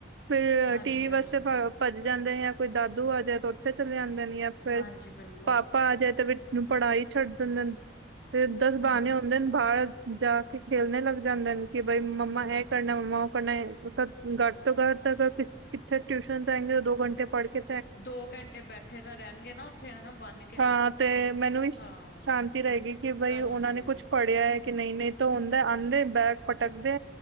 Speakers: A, on the right; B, on the left.
A: ਫਿਰ
B: ਹਾਂਜੀ
A: ਟੀ ਵੀੀ
B: ਹਾਂਜੀ
A: ਵਾਸਤੇ ਭੱਜ ਜਾਂਦੇ ਜਾਂ ਕੋਈ ਦਾਦੂ ਆ ਜਾਏ ਤਾਂ ਉੱਥੇ ਚਲੇ ਜਾਂਦੇ ਨੇ ਯ ਫੇਿਰ
B: ਹਾਂਜੀ ਬਿਲਕੁਲ
A: ਪਾਪਾ ਆ ਜਾਏ ਤੇੂੰ ਪੜ੍ਹਾਾਈ ਛੱਡ ਦਿੰਦੇ ਨੇ ਦਸ ਬਾਣੇ
B: ਹਾਂ
A: ਆਉਂਦੇ ਨੇ ਬਾਹਰ ਜਾ ਕੇ ਖੇਲਣੇ ਲੱਗ ਜਾਂਦੇ ਨੇ ਕਿ ਬਈ ਮੰਮਾ
B: ਹਾਂ
A: ਇਹ ਕਰਨਾ ਮੰਮਾ ਓਹ ਪੜਨਾ ਏ ਘਟ ਤੋਂ ਘਟ ਅਗਰ ਕਿੱਥੇ ਟਿਊਸ਼ਨ ਜਾਏਂਗੇ ਦੋ ਘੰਟੇ ਪੜ੍ਹ ਕੇ
B: ਦੋ ਘੰਟੇ ਬੈਠੇ ਤਾਂ ਰਹਿਣਗੇ ਨਾ ਉੱਥੇ ਹਨਾ ਬੰਨ ਕੇ
A: ਹਾਂ ਤੇ ਮੈਨੂੰ ਵੀ ਸ਼-
B: ਹਾਂ
A: ਸ਼ਾਂਤੀ ਰਹੇਗੀ ਕਿ ਬਈ
B: ਤੁਹਾਨੂੰ
A: ਉਹਨਾਂ
B: ਵੀ
A: ਨੇ
B: ਸਹੀ
A: ਕੁੱਛ ਪੜ੍ਹਿਆ ਹੈ ਕਿ ਨਹੀਂ ਨਹੀਂ ਤੂੰ ਹੁੰਦਾ ਆਉਂਦੇ ਬੈਗ ਪਟਕਦੇ